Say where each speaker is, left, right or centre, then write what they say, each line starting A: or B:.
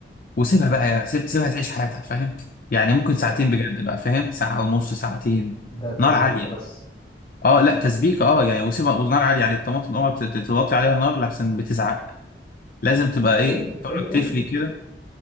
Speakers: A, on the left; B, on the left.
A: وسيبها بقى يا سيب... سيبها تعيش حياتها فاهم يعني ممكن ساعتين
B: طيب.
A: بجد بقى فاهم ساعه ونص ساعتين
B: ده التسبيكه
A: نار عاليه
B: بس
A: اه لا تسبيك اه يعني وسيبها ونار عاليه يعني الطماطم اوعى تت- توطي عليها نار لحسن بتزعق لازم تبقى ايه
B: ايه
A: تقعد
B: ايه
A: تفلي
B: ايه
A: كده